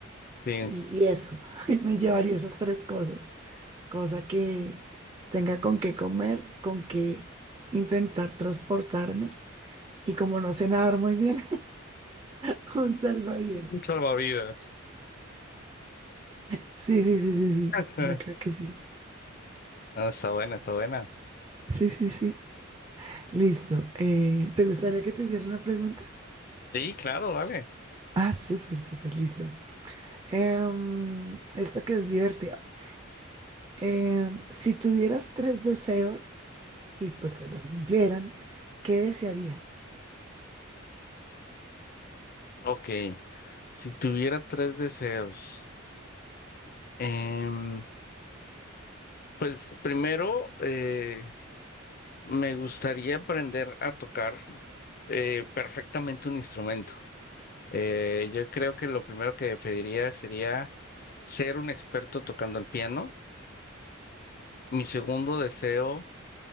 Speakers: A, on the left (about 45°); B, on the right (about 20°).
A: Sí,
B: Y, y eso, <laughs> me llevaría esas tres cosas. cosa que tenga con qué comer, con qué intentar transportarme. Y como no sé nadar muy bien, <laughs> un salvavidas.
A: un salvavidas.
B: Sí, sí, sí, sí,
A: <laughs>
B: sí. Yo creo que sí.
A: Ah, está buena, está buena.
B: Sí, sí, sí. Listo. Eh, ¿te gustaría que te hiciera una pregunta?
A: Sí, claro, dale.
B: Ah, súper, súper, listo. Em, esta que es divertida. Em, si tuvieras tres deseos y pues te los cumplieran, ¿qué desearías?
A: Ok. Si tuviera tres deseos, em, pues primero, eh, Me gustaría aprender a tocar eh, perfectamente un instrumento. Eh, yo creo que lo primero que pediría sería ser un experto tocando el piano. Mi segundo deseo